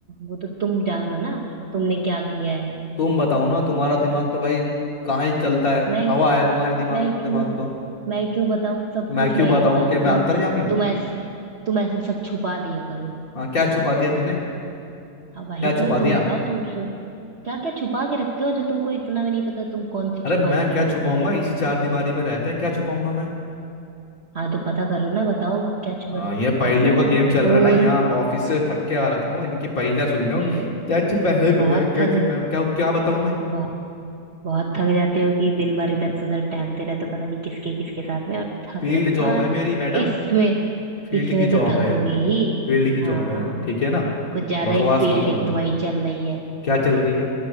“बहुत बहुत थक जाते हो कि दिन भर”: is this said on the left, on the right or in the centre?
Right